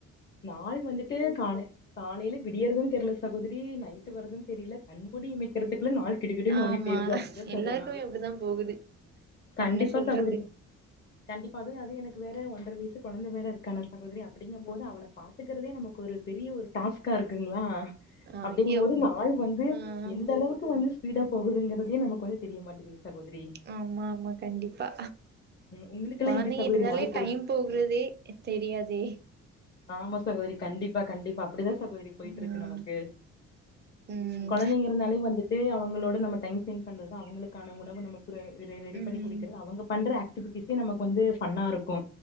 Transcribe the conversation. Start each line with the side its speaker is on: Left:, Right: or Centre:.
Left: நாள் வந்துட்டு கால காலைல விடியறது தெர்ல சகோதரி நை ருட்டு வறது தெரில கண்கூடி இமைக்கிறதுக்குள்ள நாள் கிடுகிடுனு
Right: ஆமா
Left: ஓடி போயிருது அப்டிதா சொல்லணு
Right: எல்லாருக்குமே அப்டிதா போகுது
Left: கண்டிப்பா
Right: என்ன சொல்றது
Left: சகோதரி கண்டிப்பாவது அது எனக்கு வேற ஒன்ற வயசு கொழந்த வேற இருக்கான சகோதரி அப்டிங்கம் போது அவன பாத் த்துக்கறதே நமக்கு ஒரு பெரிய ஒரு டாஸ்க்கா இருக்குங்களா
Right: ஐயோ
Left: அப்டிங்கும் போது நாள் வந்து
Right: ம்
Left: எந்த அளவுக் க்கு வந்து ஸ்பீடா போகுதுங்கறதே நமக்கு வந்து தெரிய மாட்டிகுது சகோதிரி
Right: ஆமா ஆமா கண்டிப்பா
Left: ம் உங்களுக்கெல்லா
Right: கொழந்தைங்க
Left: எப்டி சகோதரி
Right: இருந்தாலே
Left: நாள் போயிட்
Right: டைம் போகறதே தெரியாதே
Left: ஆமா சகோதரி கண்டிப்பா கண்டிப்பா அப்டிதா சகோதரி போயிட்டு இருக்கு
Right: ம்
Left: நமக்கு
Right: ம்
Left: கொழந்தைங்க இருந்தாலே வந்துட் டு அவங்களோட நம்ம டைம் ஸ்பெண்ட் பண்றதுதா அவங்களுக்கான உணவு நம்ம ரெடி
Right: ம்
Left: பண்ணி குடிக்கறது அவங்க பண்ற ஆக் டிவிஸ நமக்கு வந்து ஃபன்னா இருக்கு